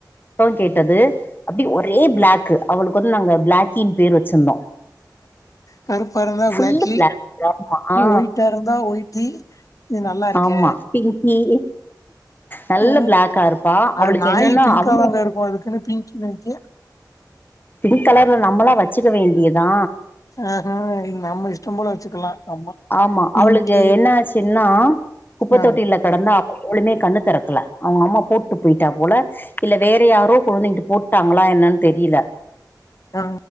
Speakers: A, on the left; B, on the left.
A: கேட்டது அப்படி ஒரே பிளாக் அவளுக்கு ந்து நாங்க பிளாக்கின் பேர் வச்சிருந்தோ
B: கருப்பா இருந்தா
A: ஃபுல்லு
B: பிளாக்கி
A: பிளாக் ஆ
B: ஒயிட்டா இருந்தா ஒயிட்டி இது நல்லா இருக்க
A: ஆமா பிங்கி நல்ல
B: அ
A: பிளாக்கா இருப்பா அவளுக்கு
B: அது நாய்
A: என்னன்னா
B: பிங்க்கா
A: அவங்க
B: தாங்க இருக்கு அதுக்குன்னு பிங்க்கி நினைக்கு
A: பிங்க் கலர்ல நம்மளா வச்சுக்க வேண்டியதா
B: ஆஹா இது நம்ம இஷ்டம் போல வச்சுக்கலா
A: ஆமா
B: பிங்கி
A: அவளுக்கு என்ன ஆச்சுன்னா குப்பைத்
B: ஆ
A: தொட்டில கடந்தா எவ்வளுவுமே கண்ணு திறக்கல அவங்க அம்மா போட்டு போயிட்டா போல இல்ல வேற யாரோ குழந்தைங்கிட்டு போட்டுட்டாங்களா என்னன்னு தெரியல
B: ஆ